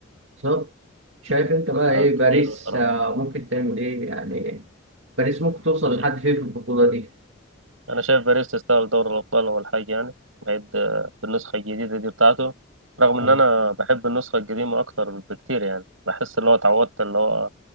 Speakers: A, on the right (about 65°); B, on the right (about 80°).
A: بالظبط شايف انت بقى ايه
B: كتير
A: باريس
B: بصراحة
A: آه، ممكن تعمل ايه يعني باريس ممكن توصل
B: مش-
A: لحد فين في البطولة دي
B: أنا شايف باريس تستاهل دوري الأبطال أول حاجة يعني بعيد آه، بالنسخة الجديدة دي بتاعته رغم
A: آه.
B: إن أنا بحب النسخة القديمة أكتر بكتير يعني بحس اللي هو اتعودت اللي هو